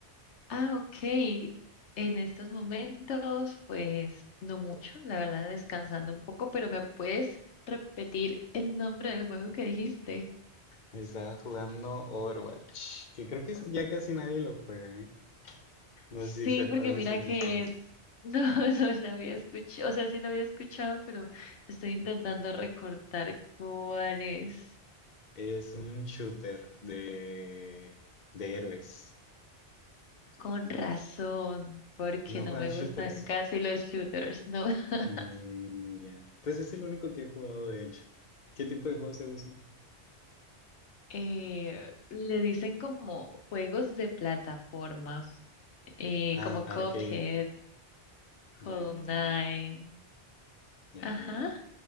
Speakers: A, on the left (about 85°); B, on the left (about 45°).
A: Ah, ok. En estos momentos, pues no mucho, la verdad, descansando un poco, pero ¿me puedes repetir el nombre del juego que dijiste?
B: Estaba jugando Overwatch, que creo que es- ya casi nadie lo juega, ¿eh? No
A: Sí,
B: sé si sepas
A: porque
B: de
A: mira
B: su existencia.
A: que no, <laughs> no la había escuchado, o sea, sí la había escuchado, pero estoy intentando recordar cuál es.
B: Es un shooter de, de héroes.
A: Con razón, porque
B: ¿No
A: no
B: juegas
A: me gustan
B: shooters?
A: casi los shooters, ¿no? <laughs>
B: Mm, ya. Pues es el único que he jugado, de hecho. ¿Qué tipo de juegos te gustan?
A: Eh, le dicen como juegos de plataforma. eh,
B: Ah,
A: como Cuphead,
B: arcade. Ya,
A: Hollow Knight.
B: ya, ya. Ya,
A: Ajá.
B: ya, ya.